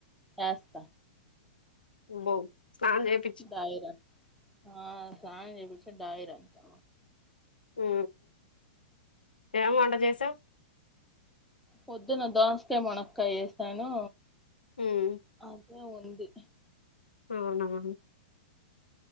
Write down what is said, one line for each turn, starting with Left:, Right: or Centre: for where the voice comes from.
Centre: ఏస్త
Left: <unintelligible>
Centre: డైరా ఆ <unintelligible> డైర <unintelligible>
Left: హు ఏమో <unintelligible> చేసావ్
Centre: పొద్దున్న దోసకాయ్ మనక్కయ్య చేేసాను
Left: ఉమ్
Centre: <unintelligible> ఉంది
Left: అవున